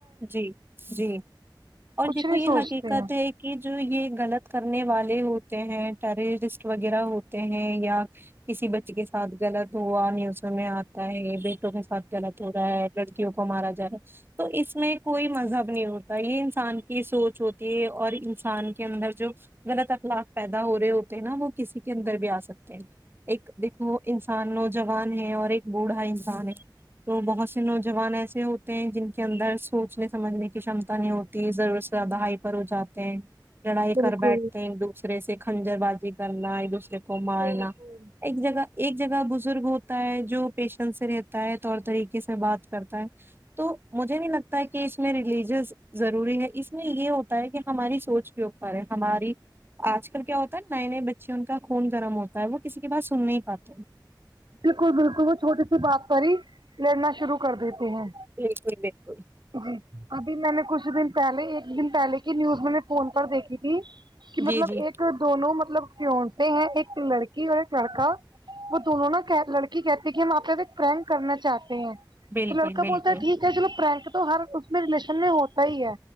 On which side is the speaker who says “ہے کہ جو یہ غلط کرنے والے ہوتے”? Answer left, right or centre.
Right